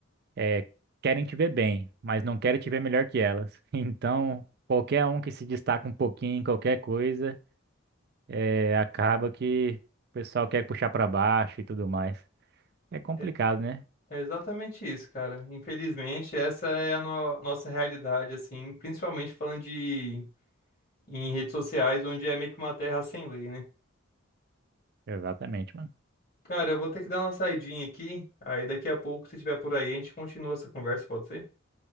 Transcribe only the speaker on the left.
É,
é exatamente isso, cara. Infelizmente, essa é a no- nossa realidade, assim, principalmente falando de em redes sociais, onde é meio que uma terra sem lei, né?
Cara, eu vou ter que dar uma saidinha aqui, aí daqui a pouco, se tiver por aí, a gente continua essa conversa, pode ser?